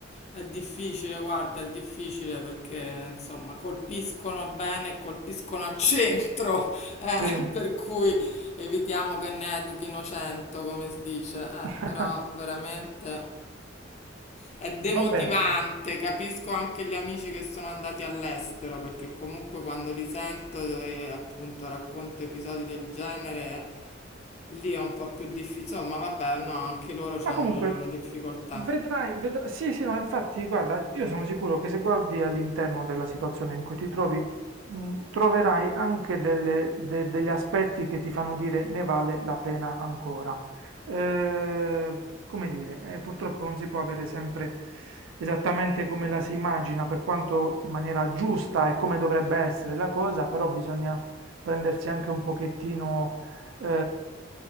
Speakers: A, on the left; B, on the right.
A: È difficile, guarda, è difficile perché insomma colpiscono bene e colpiscono al centro, <laughs> eh,
B: Sì,
A: per cui evitiamo che ne educhino 100, come si dice, eh,
B: <laughs>
A: però veramente è demotivante.
B: va bene.
A: Capisco anche gli amici che sono andati all'estero perché comunque quando li sento, eh, appunto, racconto episodi del genere. Lì è un po' più difficile, ma vabbè, no, anche loro
B: Ma
A: hanno
B: comunque,
A: le loro difficoltà.
B: Vedrai, vedrai. Sì, sì, no, infatti, guarda, io sono sicuro che se guardi all'interno della situazione in cui ti trovi, mh, troverai anche delle- de- degli aspetti che ti fanno dire ne vale la pena ancora. Eh, come dire, eh, purtroppo non si può avere sempre esattamente come la si immagina, per quanto in maniera giusta e come dovrebbe essere la cosa, però bisogna prendersi anche un pochettino eh,